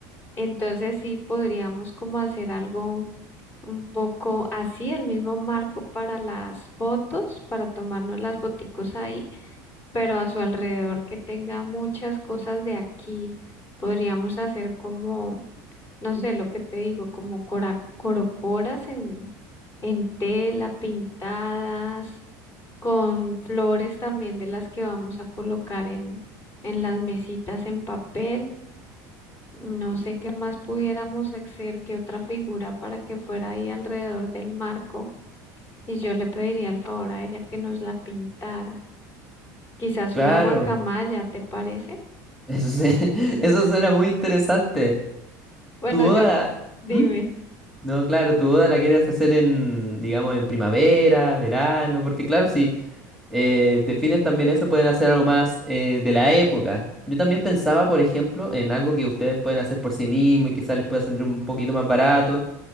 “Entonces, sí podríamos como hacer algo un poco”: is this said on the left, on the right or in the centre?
Left